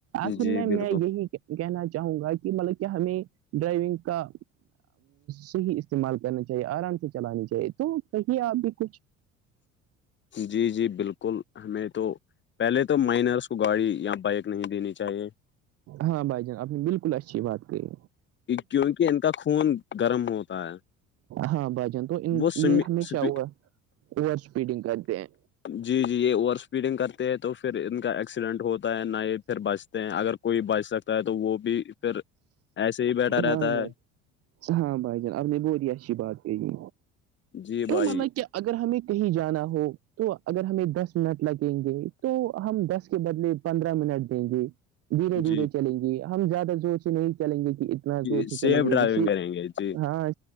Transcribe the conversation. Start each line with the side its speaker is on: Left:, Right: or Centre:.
Right: آخر
Left: جی
Right: میں
Left: بالکل
Right: میں یہی کہنا چاہوں گا کہ مطلب کیا ہمیں ڈرائیونگ کا صحیح استعمال کرنا چاہیے آرام سے چلانی چاہیے تو کہی آپ بھی کچھ
Left: جی جی بالکل ہمیں تو پہلے تو مائنرس کو گاڑی یا بائک نہیں دینی چاہیے
Right: ہاں بھائی جان آپ نے بالکل اچھی بات کہی
Left: کیونکہ ان کا خون گرم ہوتا ہے
Right: ہاں بھائی جان تو ان
Left: وہ
Right: یہ ہمیشہ اوور اسپیڈنگ کرتے ہیں
Left: جی جی یہ اوور اسپیڈنگ کرتے ہیں تو پھر ان کا ایکسیڈنٹ ہوتا ہے نہ یہ پھر بچ اگر کوئی بچ سکتا ہے تو وہ بھی پھر ایسے ہی بیٹھا رہتا
Right: ہاں بھائی
Left: ہے
Right: ہاں بھائی جان اب نے بی اچھی بات کہی
Left: جی
Right: تو
Left: بھائی
Right: مطلب کیا اگر ہمیں کہیں جانا ہو تو اگر ہمیں دس منٹ لگیں گے تو ہم دس کے بدلے پندرہ منٹ دیں گے دھیرے دھیرے
Left: جی
Right: چلیں گے ہم زیادہ زور سے نہیں چلیں گے کہ تو
Left: جی
Right: سے چلیں
Left: سیف
Right: گے
Left: ڈرائیونگ
Right: کسی
Left: کریں گے جی
Right: ہاں